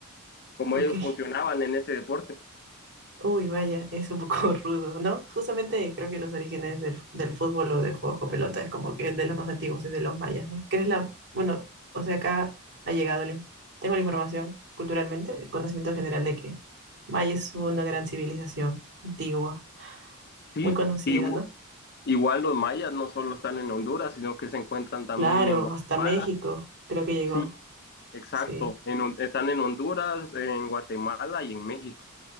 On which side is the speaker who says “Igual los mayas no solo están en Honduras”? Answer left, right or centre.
Left